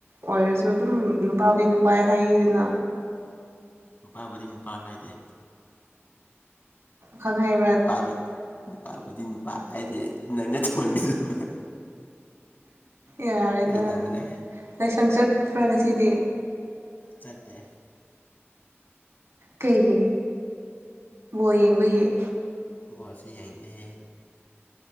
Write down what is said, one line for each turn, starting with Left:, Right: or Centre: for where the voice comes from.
Right: ꯑꯣꯏꯔꯁꯨ ꯑꯗꯨꯝ ꯅꯨꯄꯥꯕꯨꯗꯤ ꯅꯨꯄꯥ ꯍꯥꯏꯗꯅ
Left: ꯅꯨꯄꯥꯕꯨꯗꯤ ꯅꯨꯄꯥ ꯍꯥꯏꯗꯦ
Right: ꯈꯪꯉ
Left: ꯅꯨꯄꯥꯕꯨꯗꯤ ꯅꯨꯄꯥꯕꯨꯗꯤ ꯅꯨꯄꯥ ꯍꯥꯏꯗꯤ ꯅꯪꯅ ꯇꯧꯍꯟꯒꯗꯕ
Right: ꯌꯥꯔꯦꯗ
Left: ꯇꯧꯕꯅꯦ
Right: ꯂꯥꯏꯁꯪ ꯆꯠꯄ꯭ꯔꯥ ꯉꯁꯤꯗꯤ
Left: ꯆꯇꯦ
Right: ꯀꯩꯒꯤ ꯕꯣꯜ ꯌꯦꯡꯕꯩ
Left: ꯕꯣꯁ ꯌꯦꯡꯗꯦ